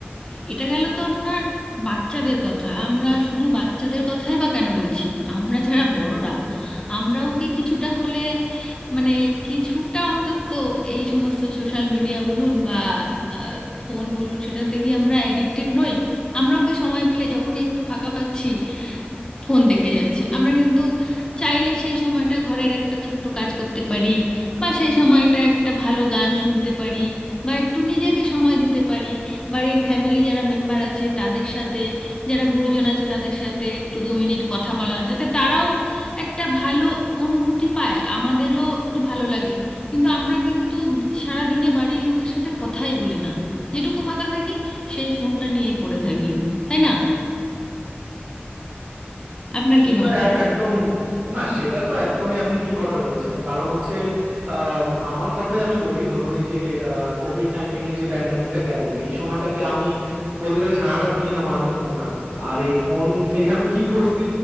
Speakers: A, on the left; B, on the right.
A: এটা গেল তো আপনার বাচ্চাদের কথা আমরা শুধু বাচ্চাদের কথাই বা কেন বলছি আমরা যারা বড়রা আমরাও কি কিছুটা হলে মানে কিছুটা অন্তত এই সমস্ত সোশ্যাল মিডিয়া বলুন বা আহ, ফোন বলুন সেটাতে কি আমরা অ্যাডিক্টেড নই আমরাও কি সময় পেলে যখনই একটু ফাঁকা পাচ্ছি ফোন দেখে যাচ্ছি আমরা কিন্তু চাইলে সেই সময়টা ঘরের একটা ছোট্ট কাজ করতে পারি বা সেই সময়টা একটা ভালো গান শুনতে পারি বা একটু নিজেকে সময় দিতে পারি বাড়ির ফ্যামিলি যারা মেম্বার আছে তাদের সাথে যারা গুরুজন আছে তাদের সাথে একটু দু মিনিট কথা বলা তাতে তারাও একটা ভালো অনুভূতি পায় আমাদেরও একটু ভালো লাগে কিন্তু আমরা কিন্তু সারাদিনে বাড়ির লোকের সাথে কথাই বলি না যেটুকু ফাঁকা থাকি সেই ফোনটা নিয়েই পড়ে থাকি তাই না আপনার
B: সে
A: কি
B: তো
A: মনে হয়
B: এ- একদম না সেটা তো একদমই আপনি ঠিক কথা বলেছেন কারণ হচ্ছে আম, আমার কথাই আমি বলি ধরুন এই যে কোভিড নাইন্টিনের যে প্যান্ডামিকটা গেল এই সময়টাতে আমি বলতে গেলে সারাটা দিন আমার হাতে ফোন থাকতো আর এই ফোন থেকে আমি কি করছি